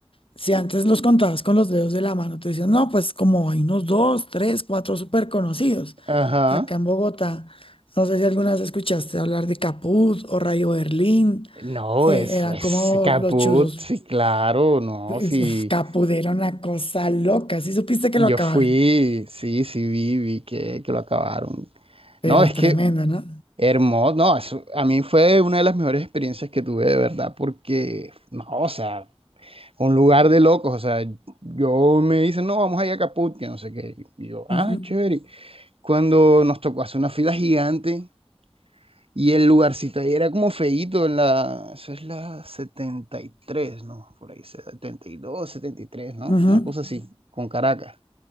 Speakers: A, on the left (about 65°); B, on the right (about 70°).
A: si antes los contabas con los dedos de la mano, te decían, no, pues como hay unos dos, tres, cuatro súper conocidos.
B: Ajá.
A: Acá en Bogotá, no sé si alguna vez escuchaste hablar de Caput o Rayo Berlín,
B: No,
A: eh,
B: eso
A: eran
B: es
A: como
B: caput.
A: los chuzos.
B: Sí, claro. No,
A: <laughs>
B: sí.
A: Uf, Caput era una cosa loca, sí supiste que
B: Yo
A: lo acabaron,
B: fui. Sí, sí, vi, vi que, que lo acabaron.
A: pero
B: No, es
A: tremenda,
B: que.
A: no
B: Hermoso, no, eso- a mí fue una de las mejores experiencias que tuve de verdad, porque, no, o sea, un lugar de locos, o sea, yo me dicen, no, vamos a ir a Caput, que no sé qué, y yo,
A: Ujú,
B: ah, chévere, cuando nos tocó hacer una fila gigante y el lugarcito ahí era como feíto, en la, eso es la setenta y tres ¿no? Por ahí, setenta setenta y dos setenta y tres ¿no?
A: ujú.
B: Una cosa así, con Caracas,